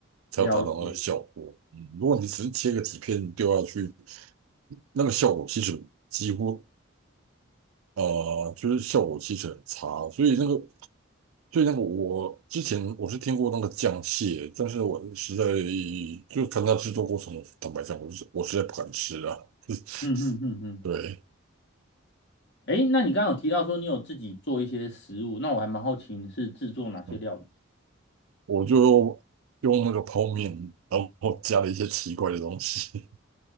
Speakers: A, on the right; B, on the left.
A: 才有达到那个效果。
B: 了解，
A: 嗯，如果你只是切个几片丢下去。那个效果其实几乎呃，就是效果其实很差，所以那个所以那个我之前我是听过那个酱蟹，但是我实在就看它制作过程，坦白讲，我是我实在不敢吃啊。<laughs>
B: 嗯嗯嗯嗯。
A: 对，
B: 诶，那你刚刚有提到说你有自己做一些食物，那我还蛮好奇你是制作哪些料理？
A: 嗯，我就用那个泡面，然后加了一些奇怪的东西，